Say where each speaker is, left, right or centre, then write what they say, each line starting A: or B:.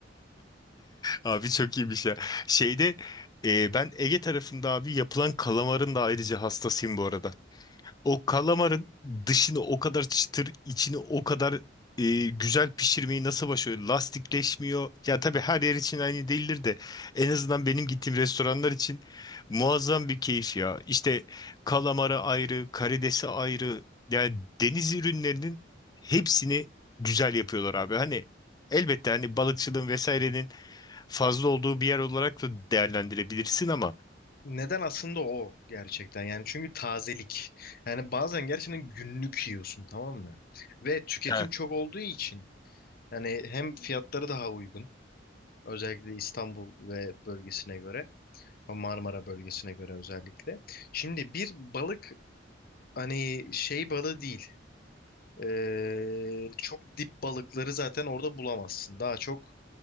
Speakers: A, on the left (about 20°); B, on the left (about 50°).
A: Abi çok iyiymiş ya. Şeyde e, ben Ege tarafında abi yapılan kalamarın da ayrıca hastasıyım bu arada. O kalamarın dışını o kadar çıtır, içini o kadar e, güzel pişirmeyi nasıl başarıyor? Lastikleşmiyor. Ya tabii her yer için aynı değildir de en azından benim gittiğim restoranlar için muazzam bir keyif ya. İşte kalamarı ayrı, karidesi ayrı. Yani deniz ürünlerinin hepsini güzel yapıyorlar abi. Hani elbette hani balıkçılığın vesairenin fazla olduğu bir yer olarak da değerlendirebilirsin ama
B: Neden aslında o gerçekten yani çünkü tazelik. Yani bazen gerçekten günlük yiyorsun tamam mı? Ve tüketim
A: Evet.
B: çok olduğu için yani hem fiyatları daha uygun özellikle İstanbul ve bölgesine göre Marmara bölgesine göre özellikle. Şimdi bir balık hani şey balığı değil. Ee, çok dip balıkları zaten orada bulamazsın. Daha çok